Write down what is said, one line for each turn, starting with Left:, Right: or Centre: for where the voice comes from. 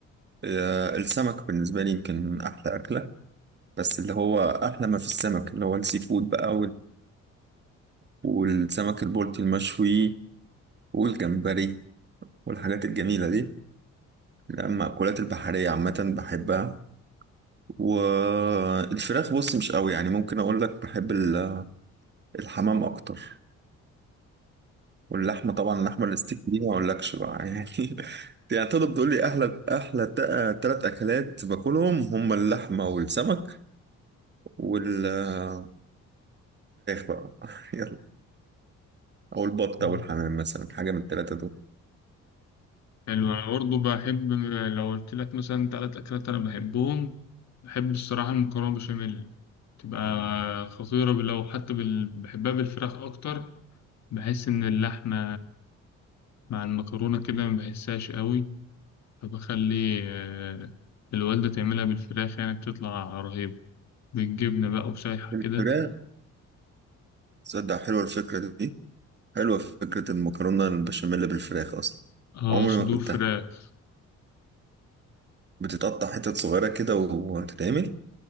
Right: آه، السمك بالنسبه لي يمكن احلى اكله بس اللي هو احلى ما في السمك اللي هو السي فود بقى والسمك البلطي المشوي والجمبري والحاجات الجميلة دي لا، المأكولات البحرية عامة بحبها والفراخ بص مش قوي يعني ممكن أقول لك بحب ال- الحمام أكتر واللحمة طبعا اللحمة الستيك دي ما أقولكش بقى <laughs> يعني يعني تقدر تقول لي أحلى أحلى تلات أكلات باكلهم هما اللحمة والسمك والفراخ بقى <laughs> يلا أو البط
Left: مم.
Right: أو الحمام مثلا حاجة من التلاتة دول
Left: حلو أنا برضه بحب لو قلت لك مثلا تلات أكلات أنا بحبهم بحب الصراحة المكرونة بشاميل تبقى خطيرة لو حتى بال... بحبها بالفراخ أكتر بحس إن اللحمة مع المكرونة كده ما بحسهاش قوي فبخلي آه، الوالدة تعملها بالفراخ يعني بتطلع رهيبة بالجبنة بقى وشايحة
Right: الفراخ
Left: كده
Right: تصدق حلوة الفكرة دي حلوة فكرة المكرونة البشاميل بالفراخ أصلا
Left: اه
Right: عمري
Left: صدور
Right: ما أكلتها
Left: فراخ
Right: بتتقطع حتت صغيرة كده وهتتعمل